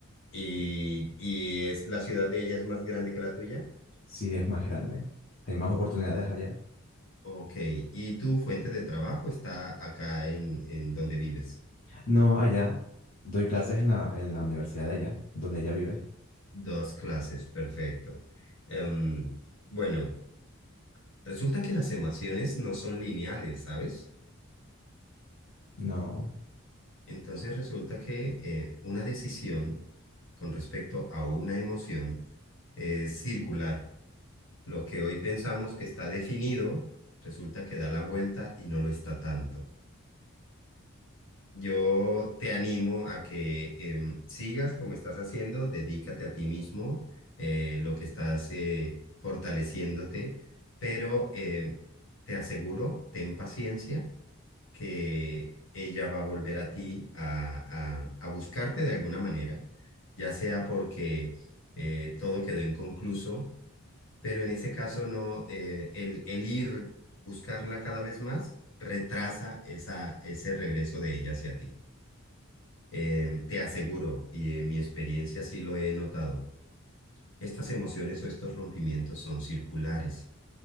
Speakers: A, on the left (about 60°); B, on the left (about 40°).
A: Y, y es la ciudad de ella es más grande que la tuya.
B: Sí, es más grande. Hay más
A: Oh,
B: oportunidades allá.
A: ok. ¿Y tu fuente de trabajo está acá en, en donde vives?
B: No, allá. Doy clases en la, en la universidad de allá, donde ella vive.
A: Dos clases, perfecto. Em, bueno, resulta que las emociones no son lineales, ¿sabes?
B: No.
A: Entonces resulta que eh, una decisión con respecto a una emoción es circular. Lo que hoy pensamos que está definido, resulta que da la vuelta y no lo está tanto. Yo te animo a que em, sigas como estás haciendo, dedícate a ti mismo, eh, lo que estás eh, fortaleciéndote, pero eh, te aseguro, ten paciencia, que ella va a volver a ti a, a- a buscarte de alguna manera, ya sea porque eh, todo quedó inconcluso, pero en ese caso no, eh, el, el ir buscarla cada vez más retrasa esa, ese regreso de ella hacia ti. Eh, te aseguro, y en mi experiencia sí lo he notado, estas emociones o estos rompimientos son circulares.